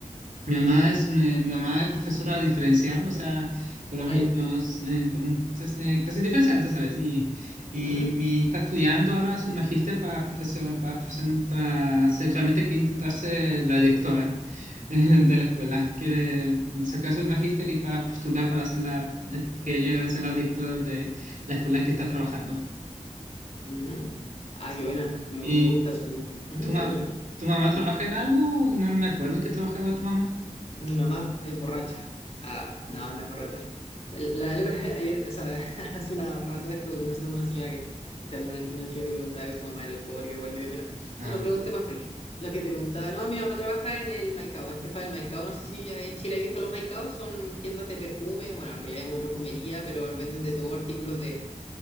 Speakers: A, on the right (about 80°); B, on the left (about 50°).
A: Mi mamá es, eh, mi mamá es profesora diferencial, o sea, con los
B: Ah,
A: niños,
B: ya.
A: eh, con un- es, eh, clase diferencial, ya sabes, y, y
B: Ujú.
A: mi, está estudiando ahora su magíster para profesor, para, profe- para ser realmente que intentarse la directora <laughs> eh, de la escuela. Quiere sacar su magíster y para postular para ser la, eh, que ella sea la directora de la escuela en que está trabajando.
B: Ujú. Ah,
A: Sí.
B: qué buena. Me,
A: ¿Y
B: me gusta su. Ujú,
A: tu,
B: te
A: ma-
B: escucho.
A: tu mamá trabaja en algo? No me acuerdo en qué trabajaba tu mamá.
B: Mi mamá es borracha. Ah, no, no es borracha. La, la- <laughs> ayer, o sea, <laughs> hace un rato estuve conversando con una señora que, o sea, con una, una chica que me contaba que su mamá era alcohólica, igual me dio pena.
A: Ah,
B: Bueno, pregunté más freak. Lo que te contaba, no, mi mamá trabaja en el Maicao, es jefa del Maicao. No sé si en Chile hay visto los Maicaos, son tiendas de perfume, bueno, en realidad es una perfumería, pero venden de todo, artículos de,